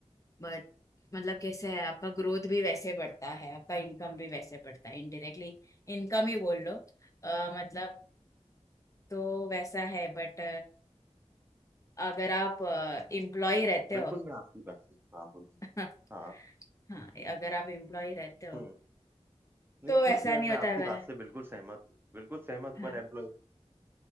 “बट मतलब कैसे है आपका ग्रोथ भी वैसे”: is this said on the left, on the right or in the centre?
Left